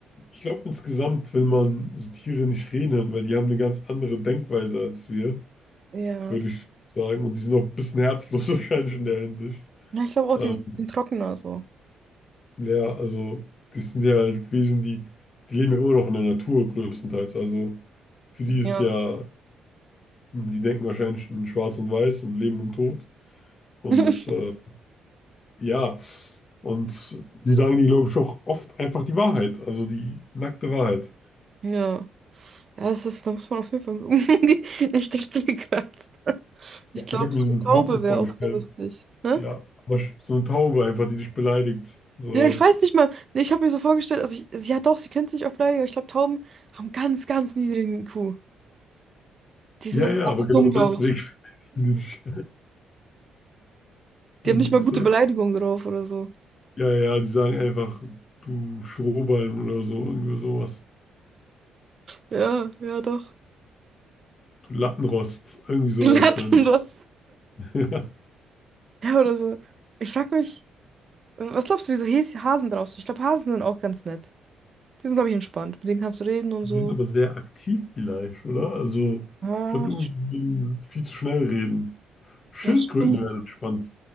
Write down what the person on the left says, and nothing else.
Ich glaube insgesamt, wenn man so Tiere nicht reden hören, weil die haben eine ganz andere Denkweise als wir.
würde ich sagen. Und die sind auch ein bisschen herzlos <laughs> wahrscheinlich in der Hinsicht.
Ähm,
ja, also die sind ja halt Wesen, die, die leben ja immer noch in der Natur größtenteils. Also für die ist
ja, die denken wahrscheinlich in Schwarz und Weiß und Leben und Tod. Und
äh, ja, und die sagen die, glaube ich, auch oft einfach die Wahrheit, also die nackte Wahrheit.
Ja,
Ich habe mir
so
eine
Taube vorgestellt.
Ja, aber sch- so eine Taube einfach, die dich beleidigt. So,
ja,
ja, aber genau
deswegen.
<laughs> beleidigen die dich. Und
äh,
Ja, ja, die sagen einfach, du Strohballen oder so, irgendwie sowas.
Du Lattenrost, irgendwie sowas.
Wenn. Die <laughs> Ja.
Die
sind aber sehr aktiv vielleicht, oder? Also,
ich glaube, irgendwie die würden viel zu schnell reden. Schildkröten
wären entspannt.